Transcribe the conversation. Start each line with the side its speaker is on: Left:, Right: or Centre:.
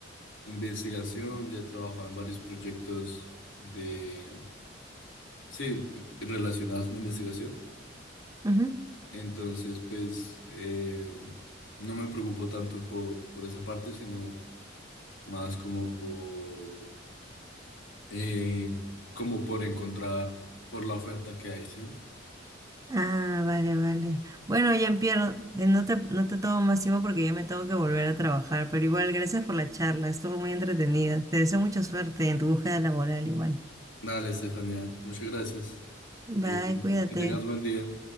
Left: en investigación, ya he trabajado en varios proyectos de, sí, relacionados en investigación,
Right: ujú.
Left: entonces, pues, eh, no me preocupo tanto por, por esa parte, sino más como por, eh, como por encontrar, por la oferta que hay, ¿sí?
Right: Ah, vale, vale. Bueno, Jean-Pierre, eh, no te, no te tomo más tiempo porque ya me tengo que volver a trabajar, pero igual, gracias por la charla, estuvo muy entretenida. Te deseo mucha suerte en tu búsqueda laboral igual.
Left: Dale, Estefanía, muchas gracias, eh,
Right: Bye,
Left: que
Right: cuídate.
Left: que tengas buen día.